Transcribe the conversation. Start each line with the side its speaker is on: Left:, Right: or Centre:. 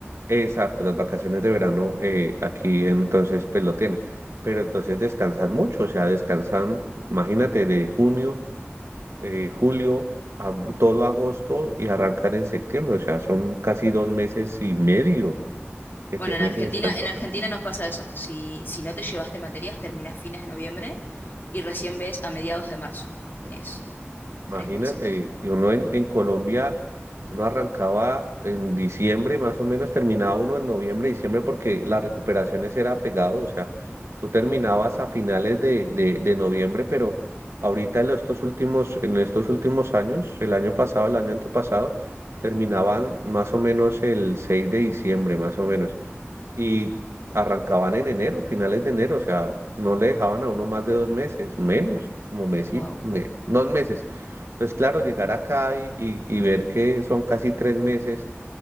Right: Exacto, las vacaciones de verano eh, aquí entonces pues lo tienen, pero entonces descansan mucho, o sea, descansan, imagínate, de junio, eh, julio, a todo agosto y arrancan en septiembre, o sea, son casi dos meses y medio que
Left: Bueno,
Right: tienen
Left: en Argentina,
Right: de descanso
Left: en Argentina nos pasa eso. Si, si no te llevaste materias, terminás fines de noviembre y recién ves a mediados de marzo. Tenés
Right: Imagínate,
Left: tres meses.
Right: y uno en, en Colombia, uno arrancaba en diciembre, más o menos terminaba uno en noviembre, diciembre, porque las recuperaciones era pegado, o sea, tú terminabas
Left: Claro.
Right: a finales de, de, de noviembre, pero ahorita en estos últimos, en estos últimos años, el año pasado, el año antepasado, terminaban más o menos el 6 de diciembre, más o menos y arrancaban en enero, finales de enero, o sea, no le dejaban a uno más de dos meses, menos, como mes
Left: Wow.
Right: y me- dos meses. Entonces, claro, llegar acá y, y- y ver que son casi tres meses,